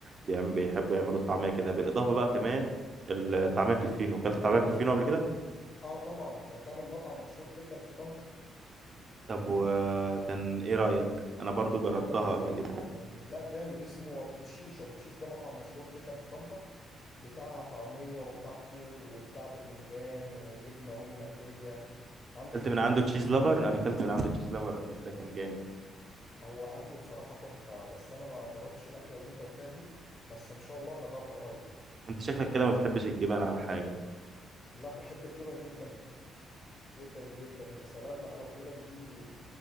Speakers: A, on the right; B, on the left.
A: بيعم- بيحبوا يعملوا الطعميه كده بالاضافه بقى كمان الطعميه في الفينو اكلت طعميه في الفينو قبل كده
B: اه طبعا كلتها من مطعم مشهور جدا في طنطا
A: طب وكان ايه رايك انا برضو جربتها
B: آه
A: قبل كده
B: يعني لا جامد اسمه ابو تشيش ابو تشيش ده مطعم مشهور جدا في طنطا بتاع طعميه وبتاع فول وبتاع بتنجان وجبنه رومي مقليه عنده
A: اكلت
B: حاجات
A: من عنده
B: كتير
A: تشيز
B: جدا
A: لافر انا اكلت من عنده تشيز لافر قبل كده كان جامد
B: هو اكله بصراحه تحفه بس انا ما جربتش الاكله اللي انت قلتها دي بس ان شاء الله اجربها قريب
A: انت شكلك كده ما بتحبش الجبن على حاجه
B: لا بحب الجبن جدا جدا جدا يا سلام بقى لو الجبن دي